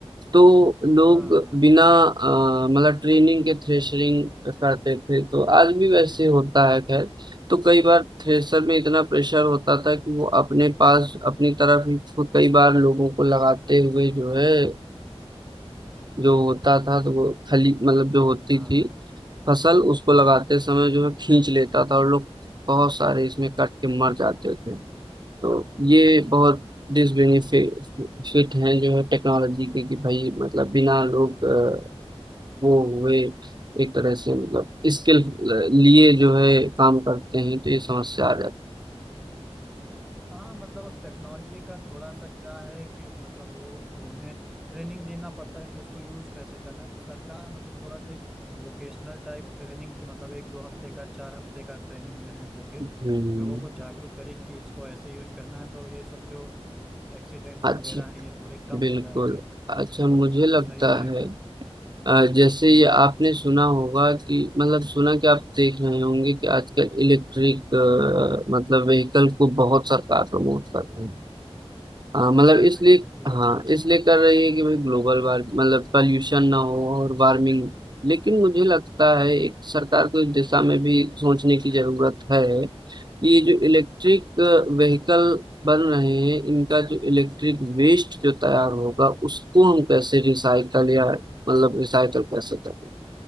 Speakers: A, on the right; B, in the centre.
A: तो लोग
B: हाँ हाँ
A: बिना अ, मतलब ट्रेनिंग के थ्रेशरिंग करते थे तो आज भी वैसे होता है खैर तो कई बार थ्रेशर में इतना प्रेशर होता था कि वो अपने पास अपनी तरफ ही खुद कई बार लोगों को लगाते हुए जो है जो होता था तो वो खली मतलब जो होती
B: हाँ हाँ,
A: थी फसल उसको लगाते
B: हम्म,
A: समय जो है खींच लेता था और लोग बहुत सारे इसमें कट के मर जाते थे तो ये
B: हम्म।
A: बहुत डिसबेनिफिट हैं जो है टेक्नोलॉजी के कि भाई मतलब बिना लोग अ, वो हुए एक तरह से मतलब स्किल लिए जो है काम करते हैं तो ये समस्या आ जाती
B: हाँ मतलब अब टेक्नोलॉजी का थोड़ा सा क्या है कि मतलब वो उन्हें ट्रेनिंग देना पड़ता है कि उसको यूज कैसे करना है तो सरकार मतलब थोड़ा सा एक वोकेशनल टाइप ट्रेनिंग मतलब एक दो हफ्ते का चार हफ्ते का ट्रेनिंग उन्हें दे के
A: है हम्म,
B: लोगों को जागरूक करे कि इसको ऐसे यूज करना है तो ये सब जो एक्सीडेंट्स
A: अच्छा
B: वगैरह हैं ये थोड़े कम
A: बिल्कुल
B: हो जाएंगे
A: अच्छा
B: तो
A: मुझे लगता
B: सही रहेगा
A: है अ, जैसे
B: हम्म
A: ये आपने सुना होगा कि मतलब सुना कि आप देख रहे होंगे कि आजकल इलेक्ट्रिक मतलब व्हीकल को बहुत सरकार प्रमोट कर रही है अ, मतलब
B: हाँ कर
A: इसलिए
B: रही है बिल्कुल
A: हाँ
B: कर रही है
A: इसलिए कर रही है कि भाई ग्लोबल वार्म मतलब पॉल्यूशन ना हो और वार्मिंग लेकिन मुझे लगता है एक सरकार को इस दिशा में भी सोचने की जरूरत है कि ये जो इलेक्ट्रिक व्हीकल बन रहे हैं इनका जो इलेक्ट्रिक वेस्ट जो तैयार होगा उसको हम कैसे रिसाइकल या मतलब रिसाइकल कैसे करें